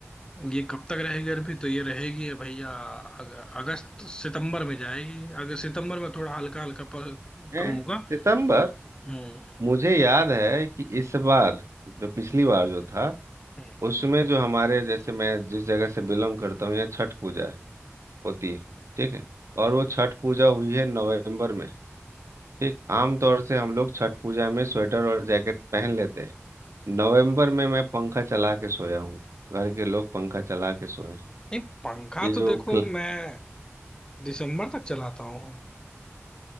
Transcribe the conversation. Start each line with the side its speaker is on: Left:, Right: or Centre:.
Left: ये कब तक रहेगी गर्मी तो ये रहेगी भैया अग, अगस्त सितंबर में जाएगी अगस्त सितंबर में थोड़ा हल्का हल्का प-
Right: हैं?
Left: कम होगा
Right: सितंबर
Left: हम्म
Right: मुझे याद है कि इस बार जो पिछली बार जो था
Left: हम्म।
Right: उसमें जो हमारे जैसे मैं जिस जगह से बिलोंग करता हूँ यहाँ छठ पूजा होती है ठीक है और वो छठ पूजा हुई है नवंबर में ठीक आमतौर से हम लोग छठ पूजा में स्वेटर और जैकेट पहन लेते हैं नवंबर में मैं पंखा चला के सोया हूँ घर के लोग पंखा चला के सोए हैं
Left: नहीं पंखा
Right: ये
Left: तो
Right: जो
Left: देखो
Right: क्ल...
Left: मैं दिसंबर तक चलाता हूँ